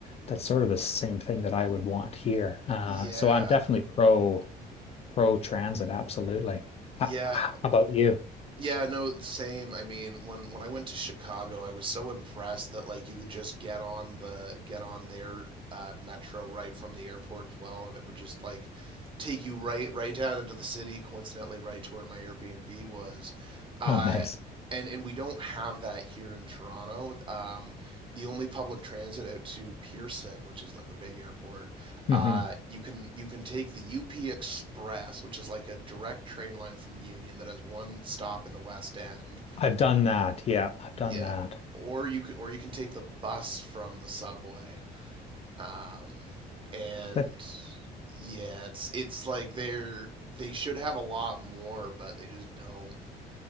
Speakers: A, on the left (about 35°); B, on the right (about 30°).
A: that's sort of the same thing that I would want here. Uh,
B: Yeah.
A: so I'm definitely pro pro transit, absolutely. How,
B: Yeah.
A: how about you?
B: Yeah, no, same. I mean, when when I went to Chicago, I was so impressed that like you could just get on the get on their uh, metro right from the airport as well, and it would just like take you right right down into the city, coincidentally right to where my Airbnb was. Uh,
A: Oh, nice.
B: and and we don't have that here in Toronto. Um, the only public transit out to Pearson, which is like the big airport,
A: hmm
B: uh, you can you can take the UP Express, which is like a direct train line from Union that has one stop in the West End.
A: I've done that. Yeah, I've done
B: Yeah,
A: that.
B: or you can or you can take the bus from the subway. Um, and
A: But
B: yeah, it's it's like they're they should have a lot more, but they just don't.